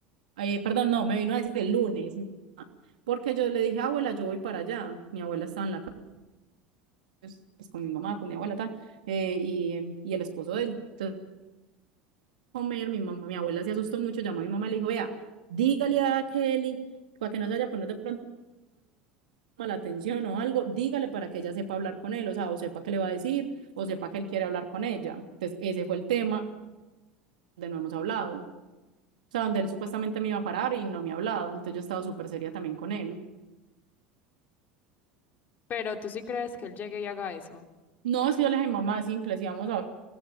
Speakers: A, on the right; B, on the left.
A: eh, perdón, no, me vino a decir el lunes, porque yo le dije, abuela, yo voy para allá. Mi abuela estaba en la casa, pues, pues, con mi mamá, con mi abuela, tal, eh, y, em, y el esposo de ella. Entonces, comer, mi mamá, mi abuela se asustó mucho, llamó a mi mamá y le dijo, vea, dígale a Kelly, para que no se vaya a poner de pronto la atención o algo, dígale para que ella sepa hablar con él, o sea, o sepa qué le va a decir, o sepa que él quiere hablar con ella. Entonces, ese fue el tema donde no hemos hablado. O sea, donde él supuestamente me iba a parar y no me ha hablado. Entonces yo he estado súper seria también con él.
B: Pero tú sí crees que él llegue y haga eso.
A: No, es que yo le dije, mamá, es simple, si vamos a